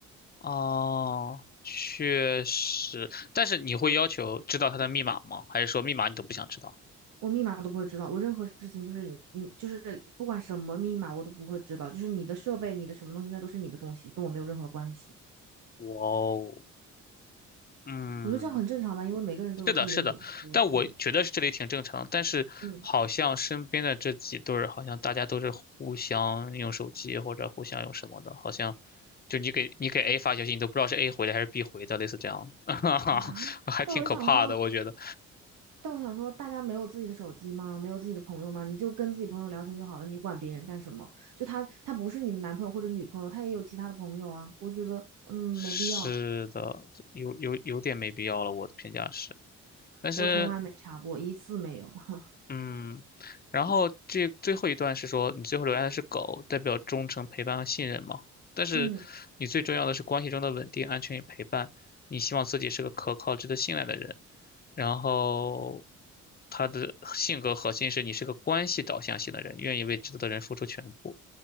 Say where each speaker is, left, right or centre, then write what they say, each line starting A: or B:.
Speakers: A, on the left; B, on the right.
A: 哦，确实，但是你会要求知道他的密码吗？还是说密码你都不想知道？
B: 我密码都不会知道，我任何事情就是你你就是不管什么密码我都不会知道，就是你的设备、你的什么东西，那都是你的东西，跟我没有任何的关系。
A: 哇哦，嗯，
B: 我觉得这样很正常吧，因为每个人都有自己的隐私。
A: 是的，是的，但我觉得是这里挺正常，
B: 嗯
A: 但是好像身边的这几对儿，
B: 嗯
A: 好像大家都是互相用手机或者互相用什么的，好像就你给你给 A 发消息，你都不知道是 A 回的还是 B 回的，类似这样的，<laughs>
B: 啊，
A: 还挺可怕的，
B: 但我就想说，
A: 我觉得。
B: 但我想说，大家没有自己的手机吗？没有自己的朋友吗？你就跟自己朋友聊天就好了，你管别人干什么？就他他不是你的男朋友或者女朋友，他也有其他的朋友啊。我觉得嗯没必要，
A: 是的，有有有点没必要了，我的评价是，但是
B: 我从来没查过一次没有。<laughs>
A: 嗯，然后这最后一段是说你最后留下的是狗，代表忠诚、陪伴和信任嘛。但是你最重要的是关系中的稳定、
B: 嗯。
A: 安全与陪伴。你希望自己是个可靠、值得信赖的人。然后他的性格核心是你是个关系导向型的人，愿意为值得的人付出全部。